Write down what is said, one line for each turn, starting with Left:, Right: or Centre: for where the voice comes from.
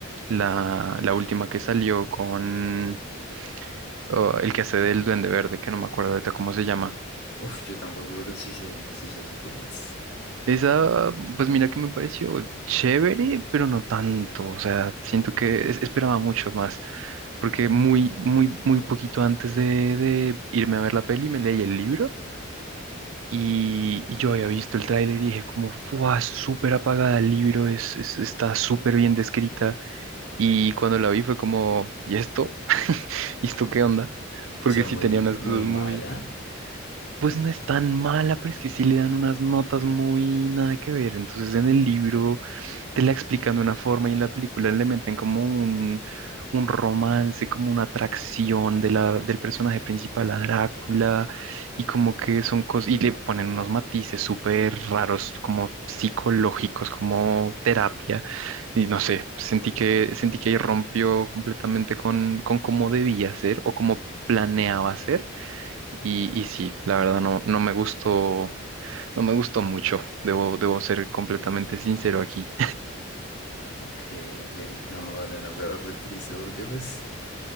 Right: la, la última que salió con oh, el que hace del Duende Verde, que no me acuerdo ahorita cómo se llama.
Left: Uf, yo tampoco, pero sí sé, sí sé, sí que no es.
Right: Esa, pues mira que me pareció chévere, pero no tanto. O sea, siento que es- esperaba mucho más, porque muy, muy, muy poquito antes de, de irme a ver la peli me leí el libro y, y yo había visto el tráiler y dije como, ¡guau! Súper apagada el libro, es, es- está súper bien descrita. Y cuando la vi fue como, ¿y esto? <laughs> ¿Y esto qué onda? Porque
Left: O sea,
Right: sí
Left: muy,
Right: tenía unas
Left: muy
Right: cosas muy,
Left: mala.
Right: pues no es tan mala, pero es que sí le dan unas notas muy nada que ver. Entonces en el libro te la explican de una forma y en la película le meten como un, un romance, como una atracción de la, del personaje principal a Drácula y como que son cosas, y le ponen unos matices súper raros, como psicológicos, como terapia. Y no sé, sentí que, sentí que ahí rompió completamente con, con cómo debía ser o cómo planeaba ser. Y, y sí, la verdad no, no me gustó, no me gustó mucho, debo, debo ser completamente sincero aquí.
Left: Ok, ok. No, no, no, pero re triste porque pues